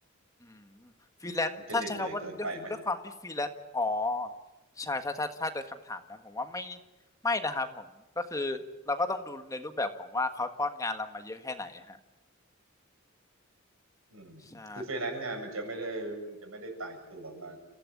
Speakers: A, on the left; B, on the right.
A: อืมฟรีแลนซ์ถ้าใช้คำว่าด้วยด้วยความที่ฟรีแลนซ์อ๋อ
B: มันจะเหน็ดเหนื่อยเกินไปไหม
A: ใช่ถ้าถ้าถ้าโดยคำถามนั้นผมว่าไม่ไม่นะครับผมก็คือเราก็ต้องดูในรูปแบบของว่าเขาป้อนงานเรามาเยอะแค่ไหนฮะ
B: อืมคือฟรีแลนซ์งานมันจะไม่ได้มันจะไม่ได้ตายตัวว่า
A: ใช่